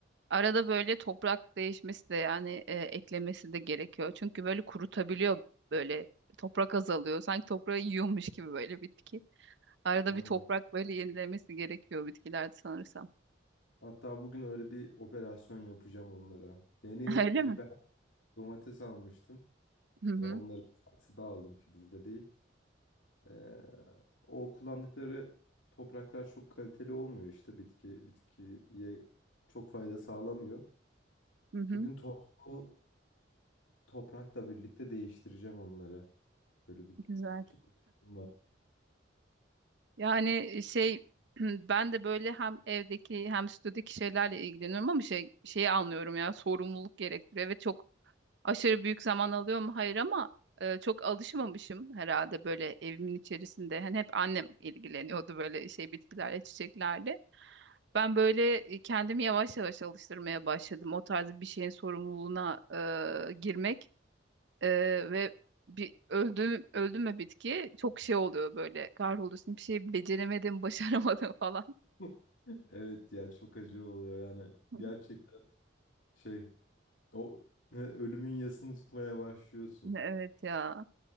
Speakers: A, on the right; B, on the left.
A: Arada böyle toprak değişmesi de yani e, eklemesi de gerekiyor. Çünkü böyle kurutabiliyor böyle toprak azalıyor. Sanki toprağı yiyormuş gibi böyle bitki. Arada
B: Aynen.
A: bir toprak böyle yenilemesi gerekiyor bitkilerde sanırsam.
B: Hatta bugün öyle bir operasyon yapacağım onlara. Yeni
A: <laughs> Öyle
B: biber,
A: mi?
B: domates almıştım.
A: Hı hı.
B: E, onları saksıda aldım filizde değil. E, o kullandıkları topraklar çok kaliteli olmuyor işte bitki bitkiye çok fayda sağlamıyor.
A: Hı hı.
B: Bugün tohumlu toprakla birlikte değiştireceğim onları. Böyle bir
A: Güzel.
B: tutkum var.
A: Yani şey <clears throat> ben de böyle hem evdeki hem stüdyodaki şeylerle ilgileniyorum ama şey şeyi anlıyorum ya sorumluluk gerektiriyor. Evet çok aşırı büyük zaman alıyor mu? Hayır ama e, çok alışmamışım herhalde böyle evimin içerisinde. Hani hep annem ilgileniyordu böyle şey bitkilerle, çiçeklerle. Ben böyle e, kendimi yavaş yavaş alıştırmaya başladım. O tarz bir şeyin sorumluluğuna e, girmek. Ee, ve bir öldü öldü mü bitki çok şey oluyor böyle kahroluyorsun bir şey beceremedim başaramadım falan.
B: <laughs> Evet ya çok acı oluyor yani
A: <laughs>
B: gerçekten şey o <laughs> ölümün yasını tutmaya başlıyorsun.
A: Evet ya